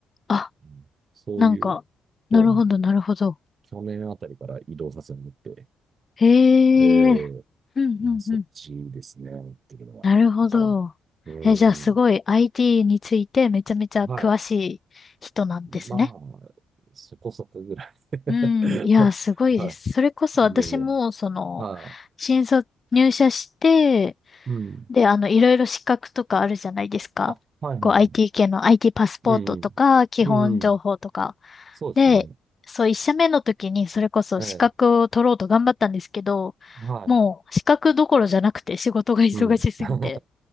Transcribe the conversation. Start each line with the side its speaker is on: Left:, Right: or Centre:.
Left: あ、
Right: うんそういう
Left: なんか、なるほどなるほど。
Right: 方に去年あたりから移動させてもらって、
Left: へえ。
Right: えー
Left: うんうんうん。
Right: うんそっちですね、っていうのは。
Left: なるほど。
Right: はい。うん。
Left: え、じゃあすごい IT についてめちゃめちゃ詳しい人なんですね。
Right: はい。まあ、そこそこぐらい。<laughs>
Left: うん。いや、すごいです。
Right: は
Left: それこそ私も、
Right: い。いやいや。
Left: その、
Right: は
Left: 新卒入社して、
Right: い。うん。
Left: で、あの、いろいろ資格とかあるじゃないですか。
Right: あ、はいはいはい。
Left: こう、IT 系の IT パスポートとか、
Right: うんうん。
Left: 基本情報とか。
Right: うんうん。そうですね。
Left: で、そう、一社目の時に、それこそ資格を取ろうと頑張ったんですけど、
Right: ええ、はい。
Left: もう、資格どころじゃなくて仕事が忙しすぎて。
Right: うん。<laughs>